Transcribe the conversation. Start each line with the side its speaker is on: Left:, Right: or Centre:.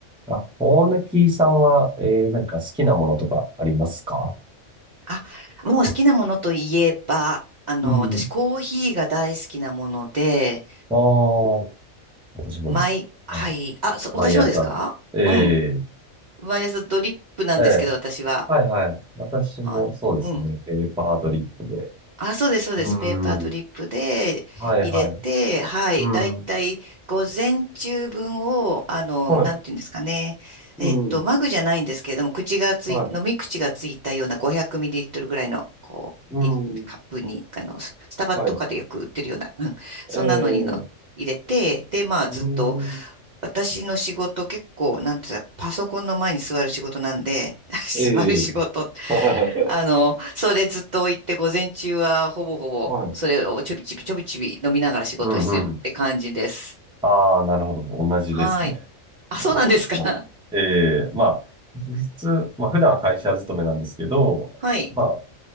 Centre: あ、大貫さんは、えー、何か好きなものとかありますか
Right: あ、もう好きなものといえば、あの、
Centre: うん。
Right: 私コーヒーが大好きなもので、
Centre: ああ、私もです。
Right: 毎、はい、
Centre: はい、
Right: あ、そ、
Centre: 毎朝。
Right: 私もですかうん。
Centre: ええ
Right: 毎朝ドリップなんですけど、
Centre: ええ
Right: 私は。
Centre: はいはい。私もそうですね。
Right: あの、うん。
Centre: ペーパードリップで。
Right: あ、そうです、そうです。
Centre: うん。
Right: ペーパードリップで入れて、
Centre: はいはい。
Right: はい。
Centre: うん。
Right: だいたい午前中分を、あの、
Centre: はい。
Right: なんていうんですかね。
Centre: うん。
Right: えっと、マグじゃないんですけれども、口がつい、
Centre: はい。
Right: 飲み口がついたような500ミリリットルぐらいの、こう、
Centre: うん。
Right: いカップに、あの、ススタバとかでよく売ってるような、
Centre: はい。
Right: うん、そんなのにの入れて、
Centre: ええ
Right: で、まあ、
Centre: うん。
Right: ずっと、私の仕事結構、なんていうんですか、パソコンの前に座る仕事なんで、<laughs>
Centre: ええ
Right: 座る仕事って
Centre: <laughs> は
Right: あの、それずっと置いて、午前中はほぼほぼ、
Centre: い。
Right: それをちょびちびちょびちび飲みながら仕事してるって感じです。
Centre: うんうん。ああ、なるほど。同じですね。
Right: はい。あ、
Centre: 私も。
Right: そうなんですか。<laughs>
Centre: ええまあ、普通、まあ、普段は会社勤めなんですけど、
Right: はい。
Centre: まあ、